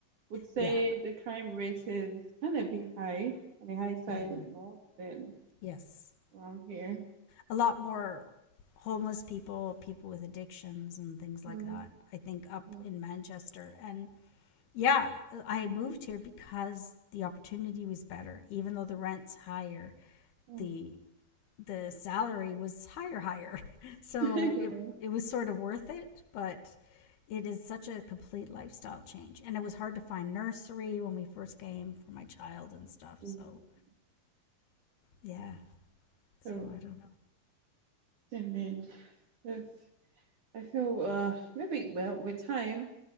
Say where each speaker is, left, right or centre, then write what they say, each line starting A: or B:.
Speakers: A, on the right; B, on the left.
A: would say
B: Yeah.
A: the crime rate is kind of be high on the high side
B: hmm
A: in the north than
B: Yes.
A: around here.
B: A lot more homeless people, people with addictions and things
A: Mhm.
B: like that. I think up
A: mm
B: in Manchester and yeah, I moved here because the opportunity was better, even though the rent's higher.
A: mm.
B: The the salary was higher higher <laughs> so
A: <laughs> Yeah.
B: it it was sort of worth it but it is such a complete lifestyle change and it was hard to find nursery when we first came for my child and stuff
A: Mm.
B: so yeah so
A: So,
B: i don't know
A: yeah, man, that's. I feel uh maybe well with time